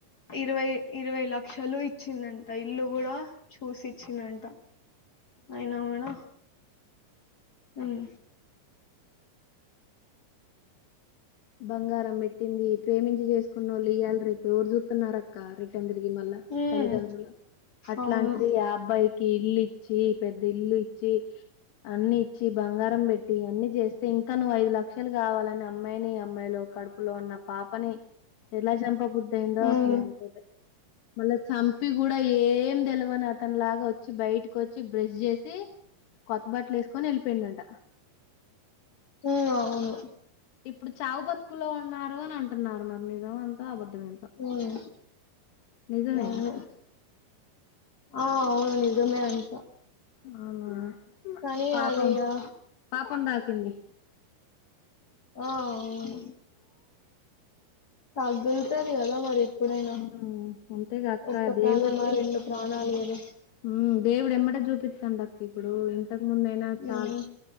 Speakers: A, on the left; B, on the left.
A: ఇరవై ఇరవై లక్షలు ఇచ్చిందంట ఇల్లు కూడ చూసిచ్చిందంట అయిన మేడం హమ్
B: బంగారం పెట్టింది ప్రేమించి చేసుకున్న వాళ్ళు ఇయ్యాల రేపు ఎవరు చూతున్నార్ అక్క రిటన్ మళ్ళ
A: ఉమ్,
B: తల్లిదండ్రులు అట్లాంటిది
A: అవును
B: అబ్బాయికి ఇల్లు ఇచ్చి పెద్ద ఇల్లు ఇచ్చి అన్ని ఇచ్చి బంగారం పెట్టి అన్ని చేస్తే ఇంక నువ్వు ఐదు లక్షలు కావాలని అమ్మాయిని అమ్మాయిలో కడుపులో ఉన్న పాపని ఎలా చంప బుద్దు అయిందో
A: ఉమ్.
B: అసలు అయినకైతే మళ్ళా చంపి కూడా ఏం తెల ని అతను లాగా వచ్చి బయటకి వచ్చి బ్రష్ చేసి కొత్త బట్టలు వేసుకొని ఎళ్ళిపోయిడు అట
A: హమ్ అవును
B: ఇప్పుడు చావు బతుకులో ఉన్నారు అని అంటున్నారు మరి నిజం అంత అబద్ మ
A: ఉమ్
B: నిజమే
A: అవును
B: అక్క
A: ఆ అవును నిజమే అంట
B: అవునా
A: కానీ
B: పాపం
A: అది ఆ
B: పాపం ద కింది
A: ఆ అవును పగుల్తదిగదా మరి ఎప్పుడైనా
B: హమ్ అంతేగా అక్క
A: ఒక్క ప్రాణమా
B: దేవుడు
A: రెండు ప్రాణాలు కదా
B: హమ్ దేవుడు ఎమ్మటే చూపిస్తాండు అక్క ఇప్పుడు ఇంతకు ముందైన చాలుజ
A: ఉమ్